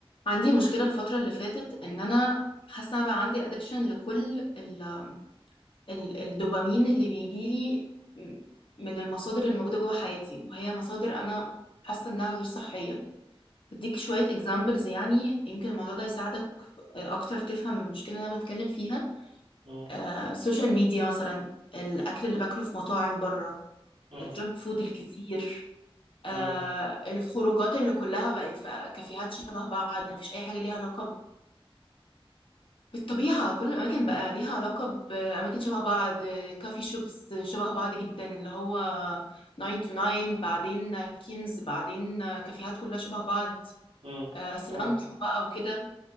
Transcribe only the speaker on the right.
مم.
مم.
مم.
مم.
فاهم.